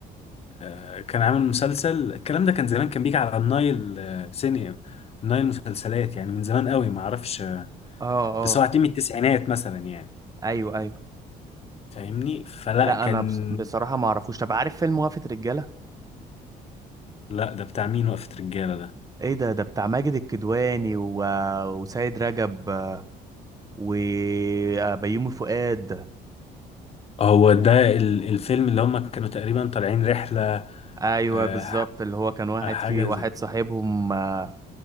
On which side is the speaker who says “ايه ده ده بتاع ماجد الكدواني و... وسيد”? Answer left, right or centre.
Right